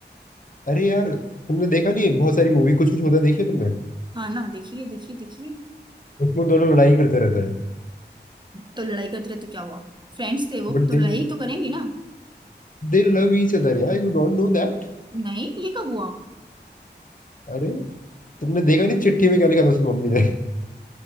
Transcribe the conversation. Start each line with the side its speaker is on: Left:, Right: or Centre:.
Left: अरे यार तुमने देखा नहीं है, बहुत सारी मूवी कुछ कुछ होता है, देखी है तुमने
Right: हाँ ना देखिए देखिए देखिए
Left: उसमें दोनों लड़ाई करते रहते हैं
Right: तो लड़ाई करते रहे तो क्या हुआ फ्रेंड्स थे वो
Left: But
Right: तो
Left: they
Right: लड़ाई तो करेंगे ना
Left: they love each other यार यू डोंट नो दैट
Right: नहीं ये कब हुआ
Left: अरे तुमने देखा नहीं चिट्ठी में क्या लिखा था उसकी मम्मी ने